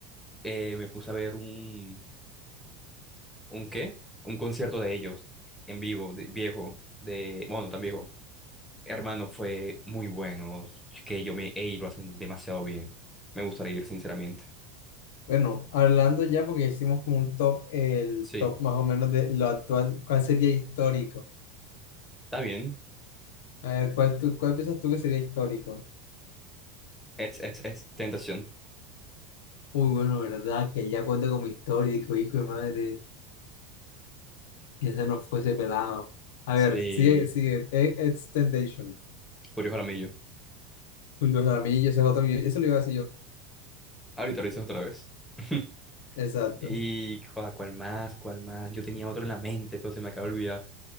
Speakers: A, in the centre; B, on the left (about 80°).
A: eh, me puse a ver un, ¿un qué? Un concierto de ellos en vivo, de- viejo, de, bueno, no tan viejo Hermano, fue muy bueno. Que yo me, ey, lo hacen demasiado bien. Me gustaría ir, sinceramente.
B: Bueno, hablando ya, porque hicimos como un top, el
A: Sí,
B: top más o menos de lo actual, ¿cuál sería histórico?
A: está bien.
B: A ver, ¿cuál, tú, cuál piensas tú que sería histórico?
A: Es, es, es tentación.
B: Uy, bueno, verdad, que ya cuenta como histórico, hijo de madre, y ese no fuese pelado. A
A: Sí,
B: ver, sigue, sigue, E- Ex Temptation.
A: Julio Jaramillo.
B: Julio Jaramillo, ese es otro, yo- eso lo iba a decir yo.
A: Ahorita lo dices otra vez. <laughs>
B: Exacto.
A: Y, joa, ¿cuál más? ¿Cuál más? Yo tenía otro en la mente, pero se me acaba de olvidar.